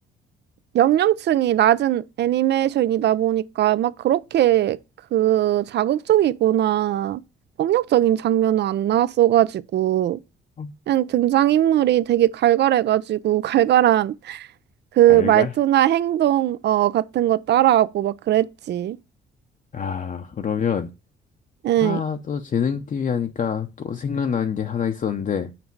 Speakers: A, on the right; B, on the left.
A: 연령층이 낮은 애니메이션이다 보니까 막 그렇게 그 자극적이거나 폭력적인 장면은 안 나왔어가지고
B: 어,
A: 그냥 등장인물이 되게 갈갈해가지고 <laughs> 갈갈한 그
B: 알갈?
A: 말투나 행동 어 같은 거 따라하고 막 그랬지.
B: 아, 그러면
A: 응.
B: 아, 또 재능 TV 하니까 또 생각나는 게 하나 있었는데